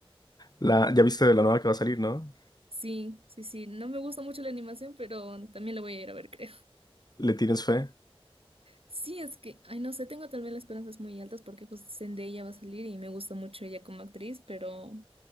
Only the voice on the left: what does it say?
La, ya viste de la nueva que va a salir, ¿no?
¿Le tienes fe?